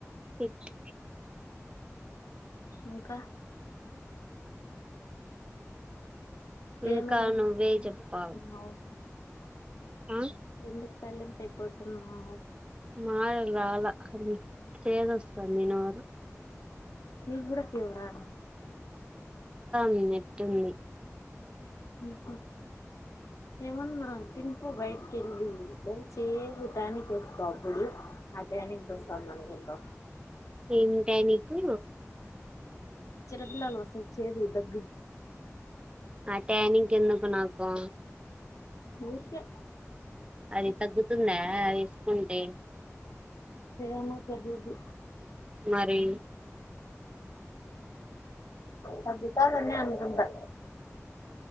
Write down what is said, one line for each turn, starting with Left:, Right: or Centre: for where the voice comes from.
Right: సెట్
Left: ఇంకా ఏమైంది
Right: ఇంకా నువ్వే చెప్పాలి
Left: తిన్నావ్
Right: ఆ
Left: ఎందుకు సైలెంట్ అయిపోతున్నావ్
Right: మార రాలా చేదొస్తాంది నోరు
Left: మీక్కూడ ఫీవరా
Right: ఉన్నట్ ఉండి
Left: మీకు ఏమన్నా తినుపో బైటికెళ్ళీ చెన్ ఛేదు టానిక్ ఏస్తా అప్పుడు ఆ టానిక్ దొస్తాంధనుకుంటా
Right: ఏమేమ్ టానిక్కు
Left: చిన్నపిల్లలది వస్తది ఛేదు దగ్గు
Right: ఆ టానిక్ ఎందుకు నాకూ
Left: ఊర్కే
Right: అది తగ్గుతుందా అది ఏస్కుంటే
Left: ఏమొ తెలీదు
Right: మరీ
Left: తగ్గుతాదనే అనుకుంటా